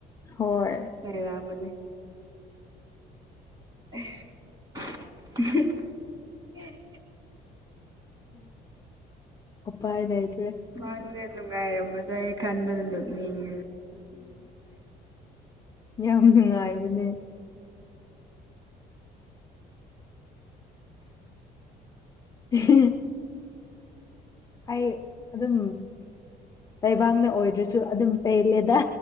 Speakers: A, on the left; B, on the right.
A: ꯍꯣꯏ
B: ꯂꯩꯔꯕꯅꯤ <unintelligible>
A: ꯎꯄꯥꯏ ꯂꯩꯏꯇ꯭ꯔꯦ
B: ꯃꯡꯗ ꯅꯨꯡꯉꯥꯏꯔꯝꯕꯗꯣ ꯏꯊꯟꯗ ꯅꯣꯛꯅꯤꯡꯉꯤ
A: ꯌꯥꯝ ꯅꯨꯡꯉꯥꯏꯕꯅꯦ <unintelligible> ꯑꯩ ꯑꯗꯨꯝ ꯇꯥꯏꯕꯡꯅ ꯑꯣꯏꯗ꯭ꯔꯁꯨ ꯑꯗꯨꯝ ꯄꯦꯜꯂꯦꯗ